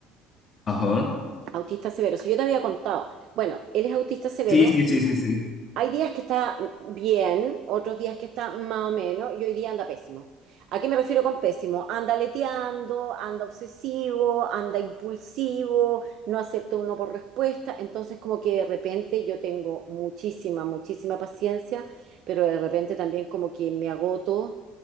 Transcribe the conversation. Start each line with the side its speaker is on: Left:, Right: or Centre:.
Left: Ajá.
Right: autista severo, si yo te había contado, bueno, él es autista severo,
Left: Sí, sí, sí, sí, sí.
Right: hay días que está bien, otros días que está más o menos, y hoy día anda pésimo. ¿A qué me refiero con pésimo? Anda leteando, anda obsesivo, anda impulsivo, no acepta uno por respuesta. Entonces, como que de repente yo tengo muchísima, muchísima paciencia, pero de repente también como que me agoto